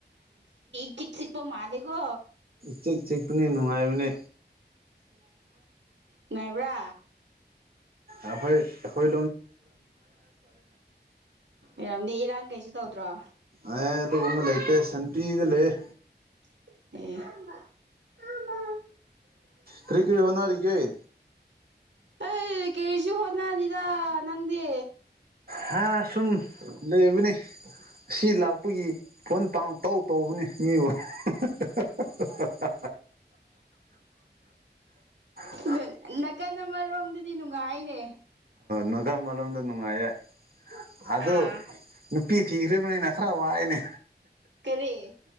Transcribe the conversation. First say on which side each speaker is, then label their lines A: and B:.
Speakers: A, on the right; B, on the right.
A: ꯆꯤꯛ ꯆꯤꯛꯄ ꯃꯂ‌ꯦꯒꯣ
B: ꯆꯦꯛ ꯆꯦꯛꯅꯤ ꯅꯨꯡꯉꯥꯏ ꯃꯅꯤ
A: ꯅꯨꯉꯥꯏꯕ꯭ꯔꯥ
B: ꯑꯩꯈꯣꯏ
A: ꯏꯔꯝꯗꯤ ꯏꯔꯥꯡ ꯀꯩꯁꯨ ꯇꯧꯗ꯭ꯔꯣ
B: ꯑꯦ ꯑꯗꯨꯒꯨꯝꯕ ꯂꯩꯇꯦ ꯁꯦꯟꯇꯤꯗ ꯂꯩꯌ‌ꯦ
A: <unintelligible>
B: ꯀꯔꯤ ꯀꯔꯤ ꯍꯣꯅꯔꯤꯒ‌ꯦ
A: ꯍꯣꯏ ꯀꯩꯁꯨ ꯍꯣꯠꯅꯅꯤꯗ ꯅꯪꯗꯤ
B: ꯍꯥꯥ ꯁꯨꯝ ꯂꯩꯕꯅꯤ ꯑꯁꯤ ꯂꯥꯛꯄꯒꯤ ꯐꯣꯟ ꯄꯥꯡ ꯇꯧ ꯇꯧꯕꯅꯤ ꯃꯤꯕꯨ ꯊꯥ-ꯊꯥ-ꯊꯥ ꯑ <unintelligible>
A: ꯅꯪ ꯅꯥꯀꯟ ꯑꯃꯔꯣꯝꯗꯗꯤ ꯅꯨꯡꯉꯥꯏꯅꯦ
B: ꯅꯀꯟ ꯑꯃꯔꯣꯝꯗ ꯅꯨꯡꯉꯥꯏꯌꯦ ꯑꯗꯨ
A: ꯑꯥ
B: ꯅꯨꯄꯤ ꯊꯤꯈ꯭ꯔꯤꯕꯅꯤꯅ ꯈꯔ ꯋꯥꯏꯅꯦ
A: ꯀꯔꯤ